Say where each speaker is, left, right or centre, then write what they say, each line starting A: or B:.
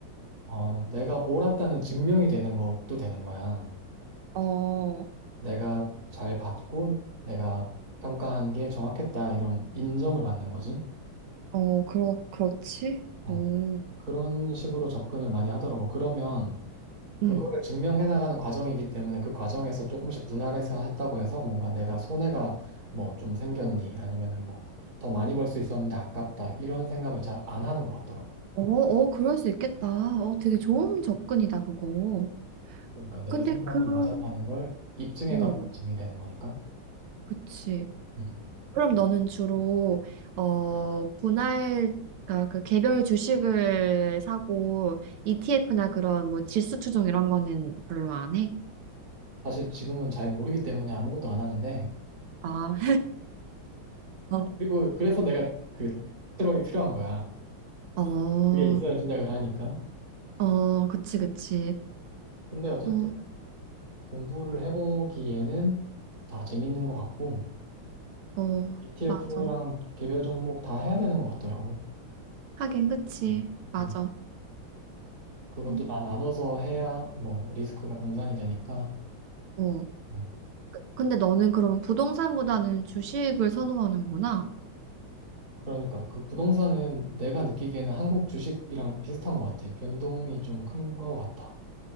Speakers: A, on the right; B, on the right.
A: 어, 내가 옳았다는 증명이 되는 것도 되는 거야.
B: 어,
A: 내가 잘 받고 내가 평가한 게 정확했다 이런 인정을 받는 거지.
B: 어, 그러, 그렇지?
A: 어,
B: 오,
A: 그런 식으로 접근을 많이 하더라고. 그러면 그거를
B: 음.
A: 증명해 나가는 과정이기 때문에 그 과정에서 조금씩 분할해서 했다고 해서 뭔가 내가 손해가 뭐 좀 생겼니 아니면은 뭐 더 많이 벌 수 있었는데 아깝다 이런 생각을 잘 안 하는 것 같더라고.
B: 어, 어, 그럴 수 있겠다. 어, 되게 좋은 접근이다, 그거.
A: 그러니까 내
B: 근데
A: 생각이
B: 그,
A: 맞았다는 걸 입증해
B: 어,
A: 가는 과정이 되는 거니까.
B: 그치.
A: 음.
B: 그럼 너는 주로, 어, 분할, 그러니까 그 개별 주식을 사고, ETF나 그런 뭐 지수 추종 이런 거는 별로 안 해?
A: 사실 지금은 잘 모르기 때문에 아무것도 안 하는데
B: 아, <laughs> 어,
A: 그리고 그래서 내가 그트력이 필요한 거야.
B: <clears throat> 어,
A: 그게 있어야 시작을 하니까.
B: 어, 그치, 그치.
A: 근데 어쨌든
B: 어,
A: 공부를 해보기에는 다 재밌는 것 같고,
B: 어,
A: ETF랑
B: 맞아.
A: 개별 종목 다 해야 되는 것 같더라고.
B: 하긴, 그치.
A: 음.
B: 맞아.
A: 음. 그것도
B: 음,
A: 다 나눠서 해야 뭐 리스크가 분산이 되니까.
B: 어.
A: 어,
B: 근데 너는 그럼 부동산보다는 주식을 선호하는구나.
A: 그러니까 그 부동산은 내가 느끼기에는 한국 주식이랑 비슷한 것 같아. 변동이 좀 큰 것 같아.